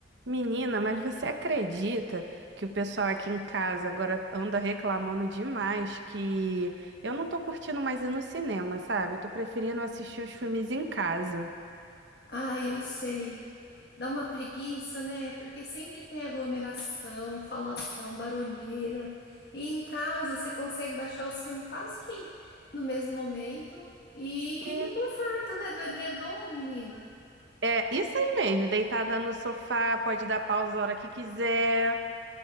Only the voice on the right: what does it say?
Menina, mas você acredita que o pessoal aqui em casa agora anda reclamando demais que eu não tô curtindo mais ir no cinema, sabe? Eu tô preferindo assistir os filmes em casa.
E-
É isso aí mesmo, deitada no sofá, pode dar pausa a hora que quiser.